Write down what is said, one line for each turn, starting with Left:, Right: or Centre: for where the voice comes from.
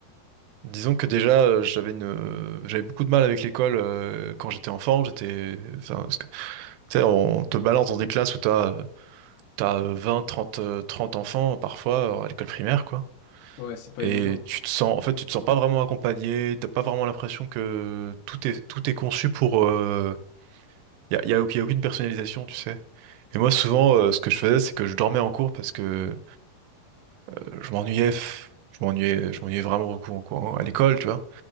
Right: Disons que déjà, euh, j'avais une, euh, j'avais beaucoup de mal avec l'école euh, quand j'étais enfant. J'étais, enfin, parce que, tu sais, on te balance dans des classes où t'as, euh, t'as euh, 20, 30 euh, 30 enfants parfois euh, à l'école primaire, quoi.
Left: Ouais, c'est pas
Right: Et
Left: évident.
Right: tu te sens, en fait, tu te sens pas vraiment accompagné. T'as pas vraiment l'impression que tout est, tout est conçu pour. euh, y a, y a, y a aucune personnalisation, tu sais. Et moi, souvent, euh, ce que je faisais, c'est que je dormais en cours parce que euh, je m'ennuyais, f- je m'ennuyais, je m'ennuyais vraiment beaucoup en cours, à l'école, tu vois.